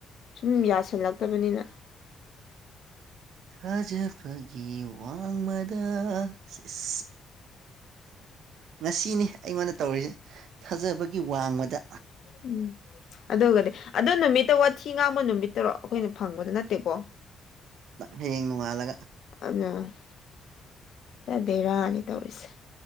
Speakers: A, on the left (about 65°); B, on the right (about 75°).
A: ꯁꯨꯝ ꯌꯥꯁꯜꯂꯛꯇꯕꯅꯤꯅ
B: ꯊꯥꯖꯕꯒꯤ ꯋꯥꯡꯃꯗ ꯏꯁ ꯉꯁꯤꯅꯤ ꯑꯩꯉꯣꯟꯗ ꯇꯧꯔꯤꯁꯦ ꯊꯥꯖꯕꯒꯤ ꯋꯥꯡꯃꯗ
A: ꯎꯝ ꯑꯗꯨꯒꯗꯤ ꯑꯗꯣ ꯅꯨꯃꯤꯠꯇ ꯋꯥꯊꯤ ꯉꯥꯡꯕ ꯅꯨꯃꯤꯠꯇꯔꯣ ꯑꯩꯈꯣꯏꯅ ꯐꯪꯕꯗ ꯅꯠꯇꯦꯀꯣ
B: ꯍꯌꯦꯡ ꯅꯣꯡꯉꯥꯜꯂꯒ
A: ꯑ ꯗꯦꯔꯥꯅꯤ ꯇꯧꯔꯤꯁꯦ